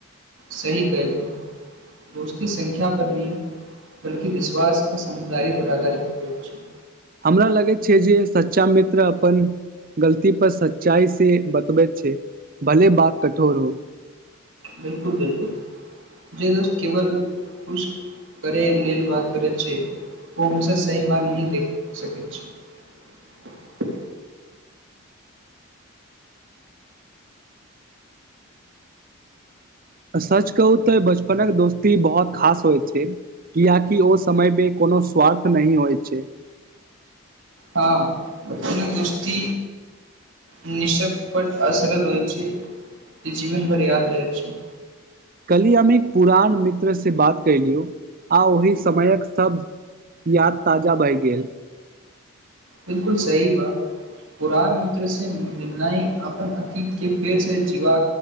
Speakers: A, on the right (about 60°); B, on the right (about 40°).
A: सही कहलिए दोस्ती संख्या पर नहि बल्कि विश्वास आ समझदारी पर आधारित होए छैय।
B: हमरा लगैत छैय जे सच्चा मित्र अपन गलती पर सच्चाइ से बतबैत छैय भले बात कठोर हो।
A: बिलकुल बिलकुल जे दोस्त केवल कुछ करै लेल बात करैत छैय ओ हमेशा सही मार नही देख सकैत छैय।
B: सच कहू तऽ बचपनक दोस्ती बहुत खास होइ छै कियकि ओ समयमे कोनो स्वार्थ नही होइत छैय।
A: हँ बचपनक दोस्ती निशकपट असरल होइ छैय जीवन भर याद रह छैय।
B: कलीमे एक पुरान मित्रसे बात कयलियौ आ ओहि समयक सब याद ताजा भै गेल।
A: बिलकुल सही बात पुरान मित्र से मिलना अपन अतीत के फेर से जीवा